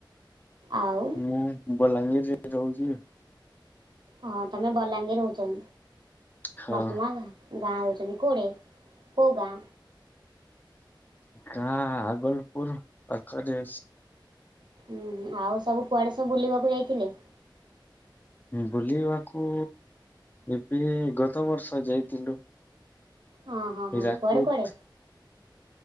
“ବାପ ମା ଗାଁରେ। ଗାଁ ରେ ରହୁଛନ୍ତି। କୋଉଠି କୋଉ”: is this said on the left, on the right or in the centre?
Right